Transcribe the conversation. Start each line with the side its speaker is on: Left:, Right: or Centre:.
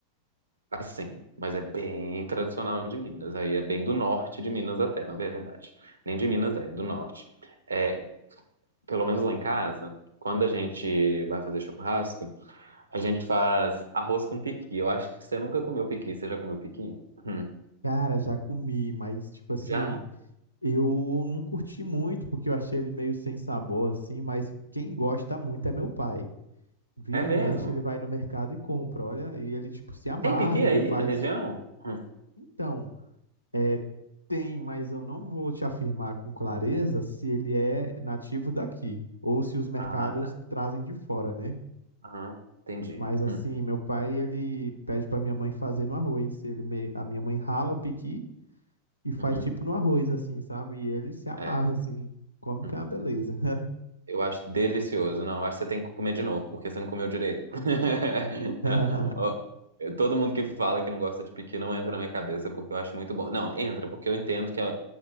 Right: Assim, mas é bem tradicional de Minas. Aí é bem do norte de Minas até, na verdade. Nem de Minas é, do norte. É, pelo menos lá em casa, quando a gente vai fazer churrasco, a gente faz arroz com piqui. Eu acho que você nunca comeu piqui. Você já comeu piqui? Hum.
Left: Cara, já comi, mas tipo assim,
Right: Já?
Left: eu não curti muito porque eu achei ele meio sem sabor assim, mas quem gosta muito é meu pai. Vira
Right: É mesmo?
Left: e mexe, ele vai no mercado e compra, olha, e ele tipo se amarra,
Right: Tem piqui
Left: ele
Right: aí
Left: faz.
Right: na região? Hum.
Left: Então, É, tem, mas eu não vou te afirmar com clareza se ele é nativo daqui ou se os mercados
Right: Ah, tá.
Left: trazem de fora, né?
Right: Aham. Entendi.
Left: Mas assim,
Right: Hum.
Left: meu pai, ele pede pra minha mãe fazer no arroz. Ele me- A minha mãe rala o piqui e faz
Right: Uhum.
Left: tipo no arroz, assim, sabe? E ele se amarra,
Right: É.
Left: assim. Come
Right: Hum.
Left: que é uma beleza.
Right: Eu acho delicioso. Não, eu acho que você tem que comer de novo, porque você não comeu direito. <laughs>
Left: <laughs>
Right: Ó, Todo mundo que fala que não gosta de piqui não entra na minha cabeça, porque eu acho muito bom. Não, entra, porque eu entendo que ó,